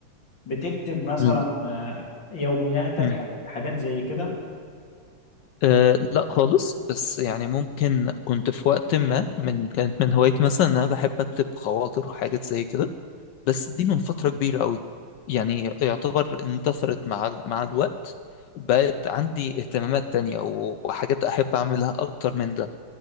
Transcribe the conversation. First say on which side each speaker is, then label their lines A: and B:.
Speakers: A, on the left; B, on the left.
A: بتكتب مثلا
B: م-
A: آه، يومياتك
B: م-
A: حاجات حاجات زي كده
B: أه لا خالص بس يعني ممكن كنت في وقت ما من كانت من هوايتي مثلا إن انا بحب اكتب خواطر وحاجات زي كده بس دي من فترة كبيرة قوي يعني يعتبر اندثرت مع ال- مع الوقت بقت عندي اهتمامات تانية و- وحاجات احب اعملها اكتر من ده